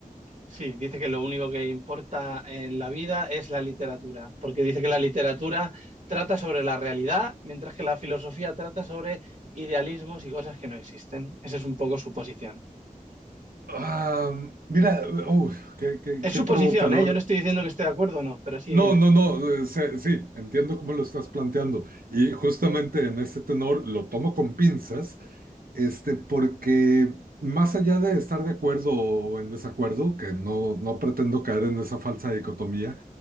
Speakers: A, on the right (about 60°); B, on the right (about 85°).
A: Sí, dice que lo único que importa en la vida es la literatura, porque dice que la literatura trata sobre la realidad, mientras que la filosofía trata sobre idealismos y cosas que no existen. Esa es un poco su posición.
B: Ah, mira, uh, qué, qué-
A: Es
B: qué
A: su
B: provocador.
A: posición, ¿eh? Yo no estoy diciendo que esté de acuerdo o no, pero sí,
B: No,
A: dime.
B: no, no, eh, se- sí, entiendo cómo lo estás planteando. Y justamente en ese tenor lo tomo con pinzas, este, porque más allá de estar de acuerdo o en desacuerdo, que no, no pretendo caer en esa falsa dicotomía,